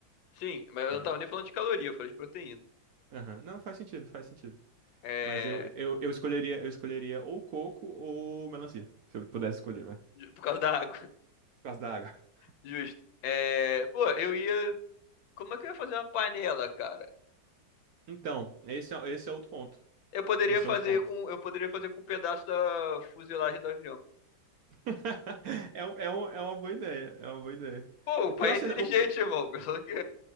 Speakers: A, on the left; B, on the right.
A: sim, mas eu
B: É,
A: não tava nem falando de caloria, eu falei de proteína.
B: aham. Não, faz sentido, faz sentido.
A: É,
B: Mas eu, eu, eu escolheria, eu escolheria ou coco ou melancia, se eu pudesse escolher, vai. Por
A: ju- por causa da água, <laughs>
B: causa da água. <laughs>
A: justo. É, pô, eu ia, como é que eu ia fazer uma panela, cara?
B: Então, esse é, esse é outro ponto.
A: Eu poderia
B: Esse
A: fazer
B: é outro ponto.
A: com, eu poderia fazer com um pedaço da fuselagem do avião.
B: <laughs> É, um- é, um- é uma boa ideia, é uma boa ideia.
A: Pô, o
B: O
A: pai
B: pior,
A: é inteligente,
B: cena- o, pi-
A: irmão. <laughs> O que